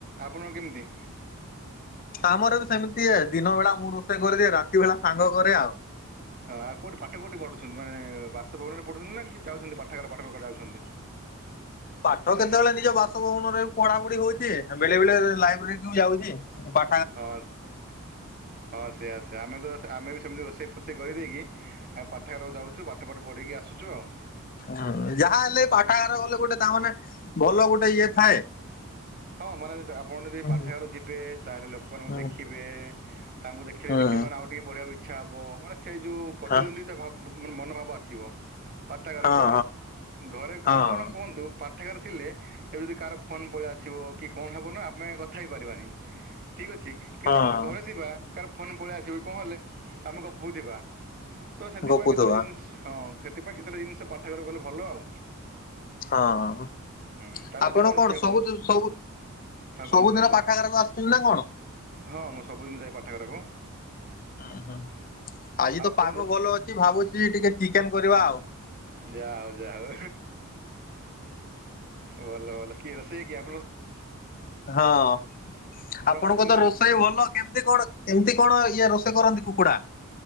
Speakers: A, on the right; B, on the left.
A: ଆପଣଙ୍କ କେମିତି?
B: ଆମରବି ସେମିତି ଦିନ ବେଳା ମୁଁ ରୋଷେଇ କରିଦିଏ ରାତି ବେଳା ସାଙ୍ଗ କରେ ଆଉ।
A: ହଁ ଆଉ କୋଉଠି ପାଠ କୋଉଠି ପଢୁଚନ୍ତି ମାନେ ବାସଭବନରେ ପଢୁଛନ୍ତିନା କିଛି ଯାଉଚନ୍ତି ପାଠାଗାର ପାଠ ଯାଉଛନ୍ତି?
B: ପାଠ କେତେବେଳେ ନିଜ ବାସଭବନରେ ପଢା ପଢି ହଉଚି ବେଳେ ବେଳେ ଲାଇବ୍ରେରୀକୁ ଯାଉଚି ପା
A: ହଁ ହଁ ସେଇଆ ସେଇଆ ଆମେତ ଆମେବି ସେମିତି ରୋଷେଇ ଫୋଷେ ସେ କରିଦେଇକି ଆମେ ପାଠାଗାରକୁ ଯାଉଚୁ ପାଠ ପାଠ ପଢ଼ିକି ଆସୁଚୁ ଆଉ।
B: ହ ଯାହା ହେଲେ ପାଠାଗାର ଗଲେ ଗୋଟେ ତାମାନେ ଭଲ ଗୋଟେ ଇଏ ଥାଏ।
A: ହଁ ମାନେ ଆପଣ ଯଦି
B: ହୁଁ
A: ପାଠାଗାରୁ ଯିବେ ତାହେଲେ ଲୋକମାନଙ୍କୁ
B: ହୁଁ
A: ଦେଖିବେ ତାଙ୍କୁ ଦେଖିଲେ
B: ହୁଁ
A: ଟିକେ ମାନେ ଆଉ ଟିକେ ପଢିବାକୁ ଇଚ୍ଛା ହବ ମାନେ ସେଯୋଉ ପ୍ରତି୍ୱନ୍ଦ୍ୱି
B: ହଁ
A: ଏତେବ ମନୋଭାବ ଆସିବ ପାଠାଗାରକୁ
B: ହଁ
A: ଗଲେ ଘରେ
B: ହଁ
A: ଆଉ କଣ
B: ହଁ।
A: କୁହନ୍ତୁ? ପାଠାଗାର ଥିଲେ ଏବେ ଯଦି କାହାର ଫୋନ୍ ପଳେଇ ଆସି ଥିବ କିକଣ ହେବନା ଆମେ କଥା ହେଇପାରିବାନି ଠିକ୍ ଅଛି କିନ୍ତୁ
B: ହଁ
A: ଆମେ ଯଦି ଘରେ ଥିବା କାହାର ଫୋନ୍ ପଳେଇ ଆସିବ କଣ ହେଲେ ଆମେ ଗପୁଥିବା ତ ସେଥିପାଇଁ
B: ଗପୁଥିବା
A: କେତେଟା ଜିନିଷ ହଁ ସେଥିପାଇଁ କେତେଟା ଜିନିଷ ପାଠଘର ଗଲେ ଭଲ ଆଉ।
B: ହଁ ହଁ ହଁ
A: ହୁଁ, ତା'ହେଲେ
B: ଆପଣ
A: ଆଜି ରୋଷେଇ
B: କଣ
A: ହେବ
B: ସବୁ ସ
A: ହଁ କୁହନ୍ତୁ
B: ସବୁଦିନ
A: କୁହନ୍ତୁ
B: ପାଠାଗାରକୁ ଆସୁଚନ୍ତିନା କଣ?
A: ହଁ ମୁଁ ସବୁଦିନ ଯାଏ ପାଠାଗାରାକୁ।
B: ଉଁ ହୁଁ ଆଜି
A: ଆଉ
B: ତ ପାଗ
A: କଣ
B: ଭଲ ଅଛି ଭାବୁଛି ଟିକେ ଚିକେନ କରିବା ଆଉ।
A: ଯା ହେଉ ଯା ହେଉ ଭଲ ଭଲ କିଏ ରୋଷେୟା କିଏ ଆ
B: ହଁ। ଆପଣଙ୍କ
A: ପସନ୍ଦ
B: ତ
A: ତାହେଲେ
B: ରୋଷେଇ ଭଲ କେମିତି କଣ କେମିତି କଣ ଇଏ ରୋଷେଇ କରନ୍ତି କୁକୁଡ଼ା?